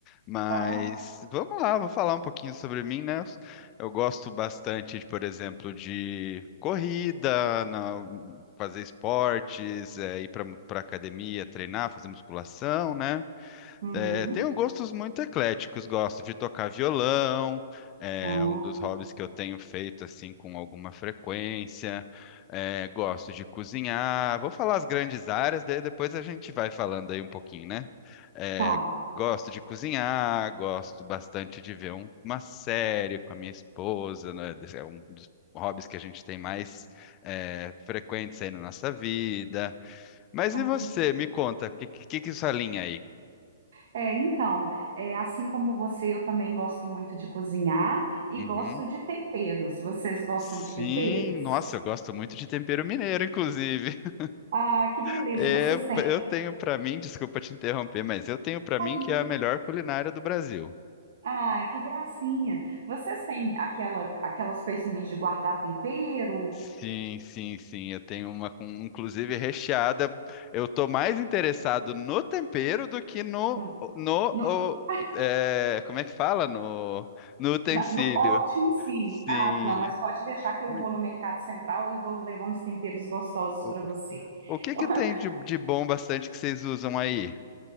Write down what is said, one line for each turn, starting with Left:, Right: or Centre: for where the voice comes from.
Left: Mas
Right: Claro.
Left: vamos lá, vou falar um pouquinho sobre mim, né? Eu gosto bastante, de, por exemplo, de corrida, na- fazer esportes, eh, ir para para academia, treinar, fazer musculação, né?
Right: Uhum.
Left: É, tenho gostos muito ecléticos, gosto de tocar violão, é
Right: Ah,
Left: um dos hobbies que eu tenho feito assim com alguma frequência. É, gosto de cozinhar. Vou falar as grandes áreas, daí depois a gente vai falando aí um pouquinho, né? É,
Right: tá.
Left: gosto de cozinhar, gosto bastante de ver um- uma série com a minha esposa, né? É um dos hobbies que a gente tem mais é, frequentes aí na nossa vida. Mas
Right: Ah,
Left: e você?
Right: que
Left: Me conta, o que, que, que que é sua linha aí?
Right: É, então, é, assim como você, eu também gosto muito de cozinhar e
Left: Uhum.
Right: gosto de temperos. Vocês gostam
Left: Sim,
Right: de temperos?
Left: nossa, eu gosto muito de tempero mineiro, inclusive. <laughs>
Right: Ah, que beleza,
Left: É,
Right: vocês têm.
Left: eu tenho pra mim, desculpa te interromper, mas eu tenho pra
Right: Imagina.
Left: mim que é a melhor culinária do Brasil.
Right: Ai, que gracinha. Vocês têm aquela, aquelas coisinhas de guardar tempero?
Left: Sim, sim, sim, eu tenho uma com inclusive recheada. Eu tô mais interessado no tempero do que no
Right: Hum,
Left: no
Right: No,
Left: o-
Right: <laughs>
Left: é, como é que fala? No no utensílio.
Right: na- no pote em si.
Left: Sim.
Right: Ah, não, mas pode deixar que eu
Left: Me-
Right: vou no Mercado Central e vou levar uns temperos gostosos
Left: O,
Right: para você.
Left: o que
Right: <laughs>
Left: que tem de, de bom bastante que vocês usam aí?